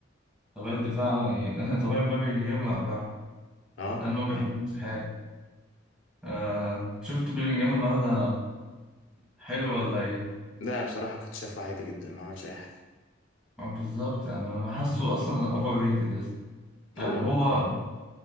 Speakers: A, in the centre; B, on the left.
A: طبيعي الدفاع ي- <laughs> طبيعي مبابي يجمع بقى
B: اه
A: لأنه بيحب المساحات آه، أنت شفت بيلينجهام النهاردة حلو ولا ايه؟
B: لا بصراحة كنت شايفه عادي جدا ما عملش اي حاجة
A: آه، بالظبط يعني أنا حاسه أصلا أوفر ريتد يا اسطى يعني
B: هو
A: هو
B: توقع